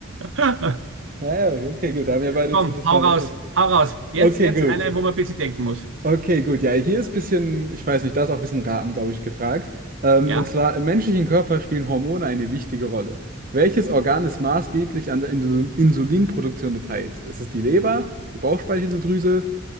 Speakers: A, on the right; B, on the right.
A: <laughs>
B: Naja, okay, gut. Da haben wir beide
A: Komm,
B: zumindest
A: hau
B: mal
A: raus,
B: etwas.
A: hau raus. Jetzt,
B: Okay,
A: jetzt
B: gut.
A: eine, wo man ein bisschen denken muss.
B: Okay, gut. Ja, hier ist ein bisschen, ich weiß nicht, da ist auch ein bisschen Raten, glaube ich, gefragt. Ähm,
A: Ja,
B: und zwar, im menschlichen Körper spielen Hormone eine wichtige Rolle. Welches Organ ist maßgeblich an der Insul- Insulinproduktion beteiligt? Ist es die Leber, die Bauchspeicheldrüse,